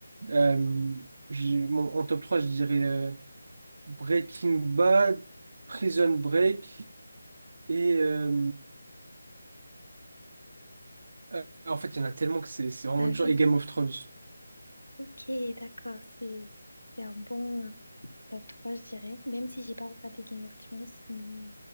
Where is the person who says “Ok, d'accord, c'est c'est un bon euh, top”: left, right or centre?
Left